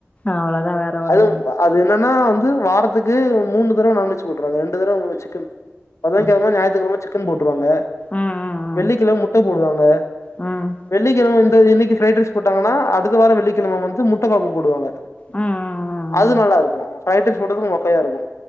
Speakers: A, on the left; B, on the left.
A: அவ்ளோதா வேற ஒண்ணுங்
B: அதும் அது என்னன்னா வந் து வாரத்துக்கு மூணு தடவ நான்வெஜ் போட்ருவாங்க ரெண்டு தடவ சிக்கன் புதங்கெழம
A: ம்
B: ஞாயத்துக்கெழம சிக் கன் போட் ட்ருவாங்க
A: ம்
B: வெள்ளிக்கிழம முட் ட்ட போடுவாங்க ச
A: ம் ம்
B: வெள்ளிக்கிழம வந் த்த இன்னைக்கு பிரரைட் ரைஸ் போட்டாங்கானா அடுத்த வாரோ வெள்ளிக்கிழம வந்து முட்ட குழம்புபோடுவாங்க
A: ம்
B: அது நல்லா இருக்கு ரைட்க்கு ஃபுட்டுக்கு மொக்கையா இருக்கு